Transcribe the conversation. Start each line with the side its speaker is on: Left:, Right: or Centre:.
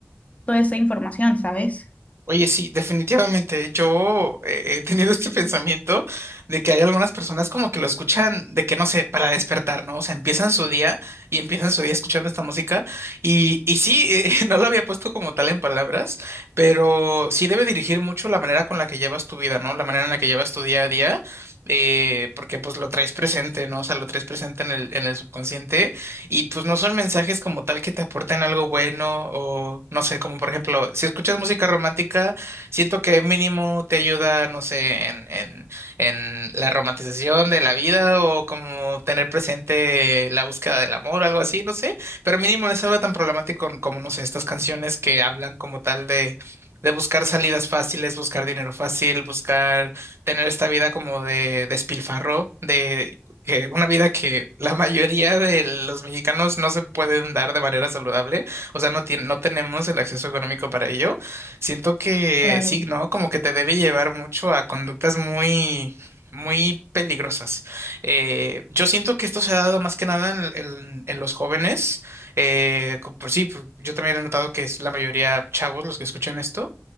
Left: toda esa información, ¿sabes?
Right: Oye, sí, definitivamente. Yo eh, he tenido este pensamiento de que hay algunas personas como que lo escuchan de que no sé, para despertar, ¿no? O sea, empiezan su día y empiezan su día escuchando esta música. Y, y sí, eh, <laughs> no lo había puesto como tal en palabras, pero sí debe dirigir mucho la manera con la que llevas tu vida, ¿no? La manera en la que llevas tu día a día, eh, porque pues lo traes presente, ¿no? O sea, lo traes presente en el, en el subconsciente y pues no son mensajes como tal que te aporten algo bueno o no sé, como por ejemplo, si escuchas música romántica, siento que mínimo te ayuda, no sé, en, en, en la romantización de la vida o como tener presente la búsqueda del amor, algo así, no sé, pero mínimo no es algo tan problemático como, no sé, estas canciones que hablan como tal de... de buscar salidas fáciles, buscar dinero fácil, buscar tener esta vida como de despilfarro, de, que una vida que la mayoría de los mexicanos no se pueden dar de manera saludable, o sea, no tien- no tenemos el acceso económico para ello. Siento que
Left: Claro,
Right: sí, ¿no? Como que te debe llevar mucho a conductas muy muy peligrosas. Eh, yo siento que esto se ha dado más que nada en, en- en los jóvenes. Eh, co- pues sí, pues yo también he notado que es la mayoría chavos los que escuchan esto